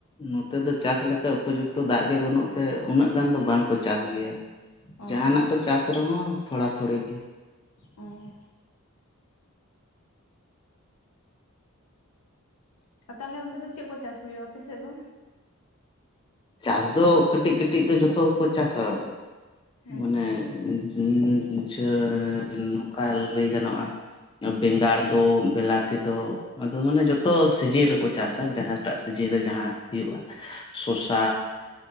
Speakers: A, on the left; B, on the left.
A: ᱱᱚᱛᱮ ᱫᱚ ᱪᱟᱥ ᱞᱮᱠᱟ ᱩᱯᱚᱡᱩᱠᱛᱚ ᱫᱟᱜ ᱜᱮ ᱵᱟᱹᱱᱩᱜ ᱛᱮ ᱩᱱᱟᱹᱜ ᱜᱟᱱ ᱫᱚ ᱵᱟᱝᱠᱚ ᱪᱟᱥ ᱜᱮᱭᱟ ᱾
B: ᱚ
A: ᱡᱟᱦᱟᱱᱟᱜ ᱠᱚ ᱪᱟᱥ ᱨᱮᱦᱚᱸ ᱛᱷᱚᱲᱟ ᱛᱷᱩᱲᱤ ᱜᱮ ᱾
B: ᱚᱻ ᱟᱨ ᱛᱟᱦᱚᱞᱮ ᱚᱱᱛᱮ ᱫᱚ ᱪᱮᱫ ᱠᱚ ᱪᱟᱥ ᱦᱩᱭᱩᱜᱼᱟ ᱟᱯᱮᱥᱮᱫ ᱫᱚ?
A: ᱪᱟᱥ ᱫᱚ ᱠᱟᱹᱴᱤᱡ ᱠᱟᱹᱴᱤᱡ ᱫᱚ ᱡᱷᱚᱛᱚ ᱜᱮᱠᱚ ᱪᱟᱥᱟ ᱾
B: ᱦᱮᱸ
A: ᱢᱟᱱᱮ <unintelligible> ᱱᱚᱝᱠᱟ ᱞᱮᱭ ᱜᱟᱱᱚᱜᱼᱟ ᱵᱮᱸᱜᱟᱲ ᱫᱚ, ᱵᱮᱞᱟᱛᱤ ᱫᱚ ᱟᱫᱚ ᱢᱟᱱᱮ ᱡᱚᱛᱚ ᱥᱤᱡᱤᱸᱱ ᱨᱮᱠᱚ ᱪᱟᱥᱟ ᱾ ᱡᱟᱦᱟᱸᱴᱟᱜ ᱥᱤᱡᱤᱱ ᱨᱮ ᱡᱟᱦᱟᱸ ᱦᱩᱭᱩᱜᱼᱟ ᱾ ᱥᱚᱥ <unintelligible>